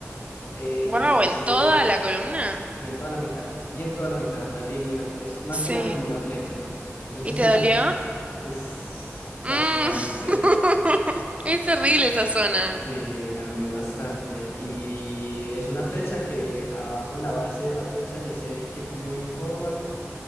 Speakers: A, on the left; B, on the right.
A: eh,
B: Wow,
A: que dice,
B: ¿en toda la columna?
A: sí, en toda la mitad, bien toda la mitad, una línea. Es más
B: Sí.
A: que nada como una flecha. Entonces
B: ¿Y te
A: en
B: dolió?
A: la, Uf, bastante.
B: Mm. <laughs> Es terrible esa zona.
A: Sí, me dolió bastante. Y es una flecha que abajo en la base de la flecha dice Keep Moving Forward.